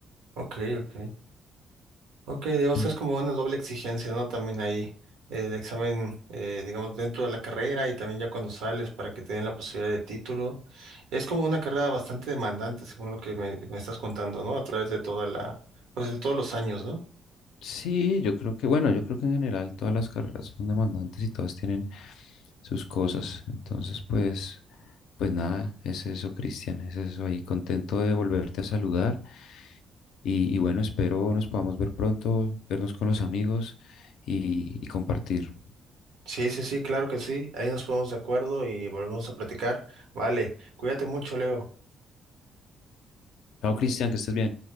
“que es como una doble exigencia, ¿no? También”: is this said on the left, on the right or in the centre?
Right